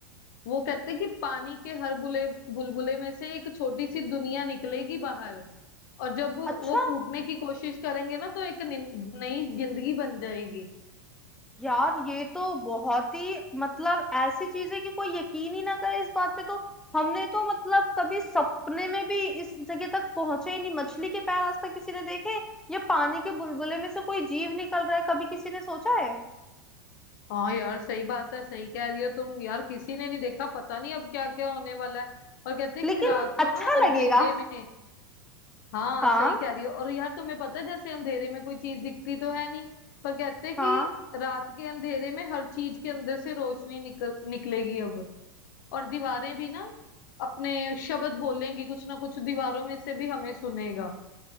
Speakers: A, on the left; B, in the centre.
A: वो कहते कि पानी के हर बुले बुलबुले में से एक छोटी सी दुनिया निकलेगी बाहर और जब वो
B: अच्छा
A: फूटने की कोशिश करेंगे ना तो एक नि- नई जिंदगी बन जाएगी
B: यार ये तो बहुत ही मतलब ऐसी चीज है कि कोई यकीन ही ना करे इस बात पे तो हमने तो मतलब कभी सपने में भी इस जगह तक पहुंचे ही नहीं मछली के पैर आज तक किसी ने देखे या पानी के बुलबुले में से कोई जीव निकल रहा है कभी किसी ने सोचा है
A: हाँ यार सही बात है सही कह रही हो तुम यार किसी ने नहीं देखा पता नहीं अब क्या क्या होने वाला है और कहते
B: लेकिन
A: कि रात को
B: अच्छा
A: ना अंधेरे
B: लगेगा
A: में हाँ
B: हाँ
A: सही कह रही हो और यार तुम्हें पता है जैसे अंधेरे में कोई चीज दिखती तो है नहीं पर कहते हैं
B: हाँ
A: कि रात के अंधेरे में हर चीज के अंदर से रोशनी निकल निकलेगी अब और दीवारें भी ना अपने शब्द बोलेंगी कुछ ना कुछ दीवारों में से भी हमें सुनेगा